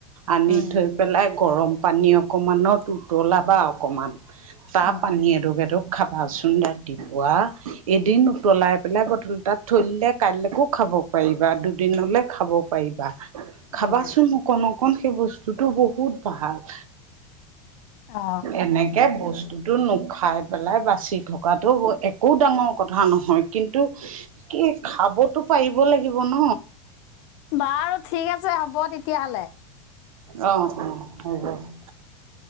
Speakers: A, on the right (about 80°); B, on the left (about 55°).
A: আনি
B: উম
A: থৈ পেলাই গৰম পানী অকণমানত উতলাবা অকণমান। তা
B: উম
A: পানী এডোক এডোক খাবাচোন ৰাতিপুৱা এদিন উতলাই পেলাই বটল তাত থৈ দিলে কালিলৈকো খাব পাৰিবা দুদিনলে খাব পাৰিবা খাবাচোন
B: উম
A: অকন অকন সেই বস্তু বস্তুটো বহুত ভাল।
B: অ
A: এনেকে বস্ স্তুটো নুখাই পেলাই বাচি থকাটো একো ডাঙৰ কথা নহয় কিন্তু কি খাবতো পাৰিব লাগিব ন।
B: বাৰু ঠিক আছে হ'ব তেতিয়াহ'লে।
A: অ, অ, হব।